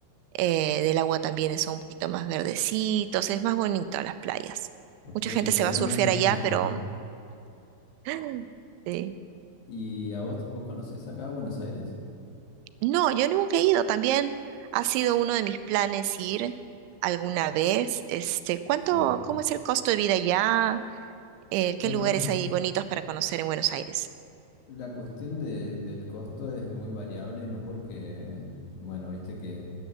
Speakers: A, on the right; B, on the left.
A: eh, del agua también son un poquito más verdecitos, es más bonito las playas.
B: Ok,
A: Mucha gente
B: me
A: se
B: dieron
A: va a surfear
B: muchas
A: allá,
B: ganas
A: pero
B: de ir.
A: <laughs> sí.
B: ¿Y a vos, vos conocés acá a Buenos Aires?
A: No, yo nunca he ido, también ha sido uno de mis planes ir alguna vez. Este, ¿cuánto,
B: Sí.
A: cómo es el costo de vida allá? Eh, ¿qué
B: Bueno,
A: lugares
B: es
A: hay bonitos para conocer en Buenos Aires?
B: la cuestión de- del costo es muy variable, ¿no? Porque, bueno, viste que,